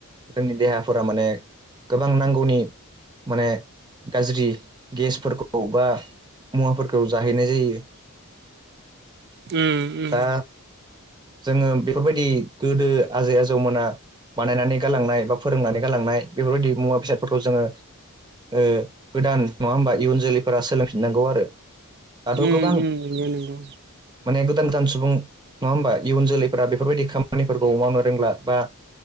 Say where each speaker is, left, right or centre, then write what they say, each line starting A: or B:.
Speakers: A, on the right; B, on the right.
A: जोंनि देहाफोरा माने गोबां नांगौनि माने गाज्रि गेसफोरखौ बा मुवाफोरखौ जाहैनाय जायो।
B: उम उम
A: दा जोङो बेफोरबायदि गोदो आजै आजौमोना बानायनानै गालांनाय बा फोरोंनानै गालांनाय बेफोरबायदि मुवा बेसादफोरखौ जोङो ओ गोदान नङा होमबा इयुन जोलैफोरा सोलोंफिननांगौ आरो दाथ'
B: उम
A: गोबां
B: उम नंगौ नंगौ
A: माने गोदान गोदान सुबुं नङा होमबा इयुन जोलैफोरा बेफोरबायदि खाम खामानिफोरखौ मावनो रोंला बा